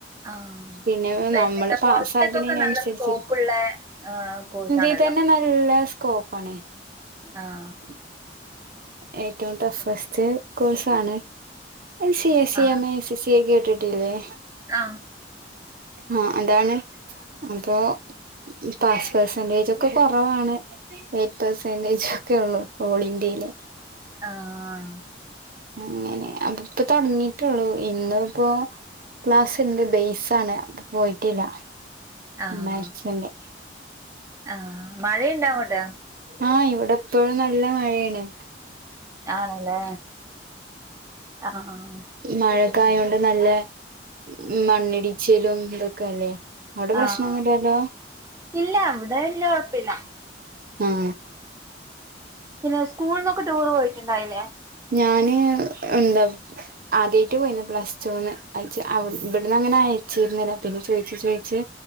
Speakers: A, on the right; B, on the right.
A: ആഹ്
B: പിന്നെ
A: പിന്നന്താ
B: നമ്മള് പാസ്സാകുന്നതിനനുസരിച്ച്
A: പൊറത്തേക്കൊക്കെ നല്ല സ്കോപ്പ്ള്ളേ ആഹ് കോഴ്സാണ്
B: ഇതിന് നല്ല സ്കോപ്പാണെ
A: ആഹ്
B: <inaudible> ഏറ്റോം ടഫസ്റ്റ് കോഴ്സാണ് എ സി സി
A: ആഹ്
B: എം എ സിസ് സി എ കേട്ടിട്ടില്ലേ
A: ആഹ്
B: ആഹ് അതാണ് അപ്പോ ഉം പാസ് പെർസെൻടേജൊക്കെ കൊറവാണ് എയ്റ്റ് പെർസെൻടേജൊക്കെ ഒള്ളൂ ഓൾ ഇന്ത്യയ്ല്
A: ആഹ് ആഹ്
B: അങ്ങനെ അവ്ടിപ്പം തൊടങ്ങീട്ടേ ഒള്ളൂ ഇന്ന്പ്പോ ക്ലാസ്സ്ണ്ട് ബേയ്സാണ് അപ്പ പോയിട്ടില്ല
A: ആഹ്
B: മാത്‍സ്ന്റെ
A: ആഹ് മഴയ്ണ്ടോ അങ്ങോട്ട്
B: ആഹ് ഇവിടെ എപ്പോഴും നല്ല മഴയാണ്
A: ആണല്ലേ ആഹ് ആഹ് ആഹ്
B: മഴയ്ക്കായോണ്ട് നല്ല മ്മ് മണ്ണിടിച്ചിലും ഇതൊക്കെ അല്ലേ അവിടെ പ്രശ്നൊന്നുല്ലല്ലോ
A: ആഹ് ഇല്ല ഇവിടെ വല്യ കൊഴപ്പില്ല.
B: ഉം
A: പിന്നെ സ്കൂളിൽന്നൊക്കെ ടൂർ പോയിട്ടുണ്ടായില്ലേ?
B: ഞാന് എന്താ ആദ്യായിട്ട് പോയിന്നു പ്ലസ് ടൂന്ന് അയച് ഇവിടന്ന് അങ്ങനെ അയച്ചിരുന്നില്ല പിന്നെ ചോയിച്ചു ചോയിച്ച്